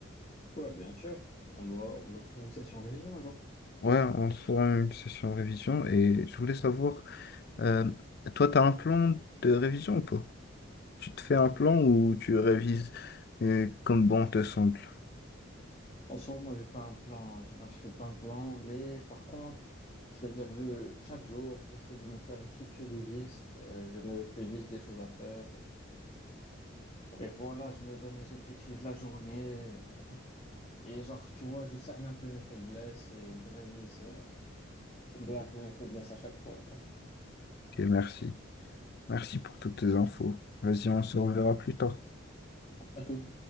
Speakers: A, on the left; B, on the left.
A: Ouais, bien sûr. On doit, on doit se faire une session révision un jour.
B: Ouais, on se fera une session révision et je voulais savoir, euh, toi, tu as un plan de révision ou pas? Tu te fais un plan ou tu révises euh, comme bon te semble?
A: En ce moment, moi, j'ai pas un plan. En général, je fais pas un plan, mais par contre, c'est-à-dire le chaque jour, j'essaie de me faire une petite to-do list. euh, je me fais une liste des choses à faire. Et voilà, je me donne les objectifs de la journée. Et, genre, tu vois, je cerne un peu mes faiblesses et je révise, euh, combler un peu mes faiblesses à chaque fois, tu vois.
B: Ok, merci. Merci pour toutes tes infos. Vas-y, on se reverra plus tard.
A: À tout.